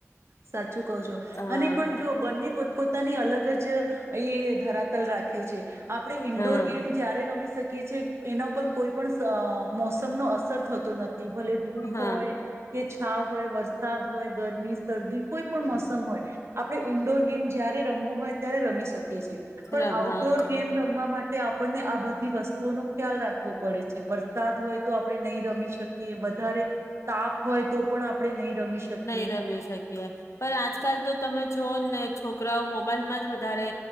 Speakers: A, on the right; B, on the left.
A: સાચું કહો છો
B: હા
A: અને પણ જો બંને પોતે પોતાની અલગ જ એ ધરાતલ રાખે છે આપણે ઈન્ડોર
B: હા
A: ગેમ જય્યારે રમી શકીએ છેએ એના ઉપર કોઈ પણ સ અ મોસમ અસર થતો નથી ભલે ધૂપ
B: હા
A: હોય કે છાવ હોય વરસાદ હોય ગરમી શરદી કોઈ પણ મોસમ હોય આપડે ઈન્ડોર ગેમ જયારે રમવું હોય ત્યારે રમી શકેએ
B: બરાબર
A: પણ આઉટડોર
B: હા
A: ગેમ રમવા માટે આપણને આ બધી વસ્તુઓ નો ખ્યાલ રાખવો પડે છે વરસાદ હોય તો આપણે નહી રમી શકીએ વધારે તાપ હોય તો પણ આપણે નહી રમી શકીએ
B: નહી રમી આજકાલ તો તમે જોઓ ને છોકરાઓ મોબાઈલમાં જ વધારે